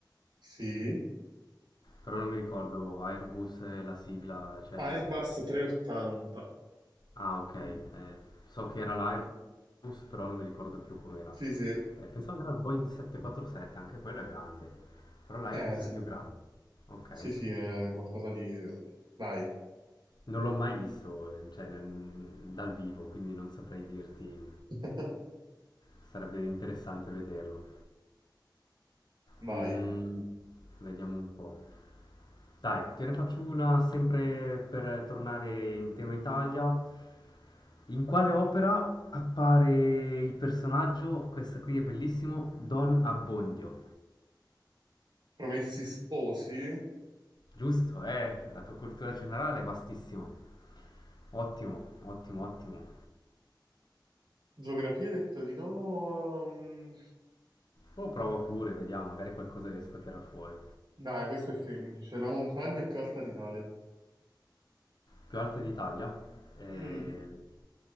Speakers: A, on the right (about 65°); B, on the left (about 60°).
A: Sì,
B: però non mi ricordo, Airbus è la sigla, cioè...
A: Airbus
B: le-
A: 380.
B: Ah ok, eh, so che era l'Airbus, però non mi ricordo più com'era.
A: Sì, sì,
B: Eh, pensavo che era il Boeing 747, anche quello è grande, però l'Airbus
A: eh sì,
B: è più grande. Ok.
A: sì, sì, è qualcosa di... Vai,
B: Non l'ho mai visto, eh, cioè, nel- dal vivo, quindi non saprei dirti,
A: <laughs>
B: sarebbe interessante vederlo.
A: vai.
B: Mm, vediamo un po'. Dai, te ne faccio una sempre per tornare in tema Italia. In quale opera appare il personaggio, questo qui è bellissimo, Don Abbondio?
A: Promessi sposi?
B: Giusto, eh? La tua cultura generale è vastissima. Ottimo, ottimo, ottimo.
A: Geografia hai detto di no. mm,
B: O prova pure, vediamo, magari qualcosa riesco a tirar fuori.
A: Dai, questo è semplice. La montagna più alta d'Italia.
B: più alta d'Italia, eh,
A: Mm,